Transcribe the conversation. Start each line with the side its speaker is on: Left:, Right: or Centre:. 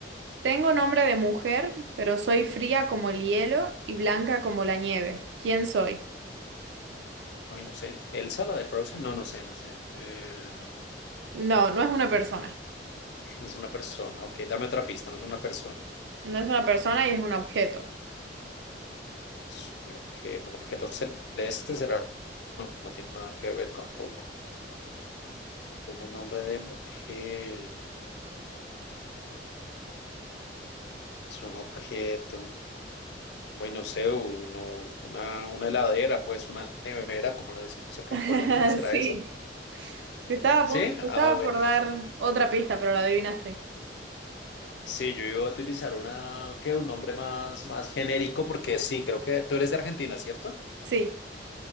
Right: tengo nombre de mujer, pero soy fría como el hielo y blanca como la nieve. ¿Quién soy?
Left: Ay, no sé. ¿Elsa, la de Frozen? No, no sé, no sé. Eh,
Right: No, no es una persona.
Left: no es una persona. Ok, dame otra pista, no es una persona.
Right: No es una persona y es un objeto.
Left: Es un objeto, un objeto celeste será, no, no tiene nada que ver tampoco. Tiene nombre de mujer, es un objeto. Uy, no sé, uno- una, una heladera, pues una nevera, como lo decimos acá
Right: <laughs>
Left: en Colombia, ¿será
Right: Sí.
Left: eso?
Right: Te estaba
Left: Sí,
Right: a punto- te
Left: ah,
Right: estaba
Left: bueno.
Right: por dar otra pista, pero la adivinaste.
Left: Sí, yo iba a utilizar una, qué un nombre más, más genérico, porque sí, creo que tú eres de Argentina, ¿cierto?
Right: Sí,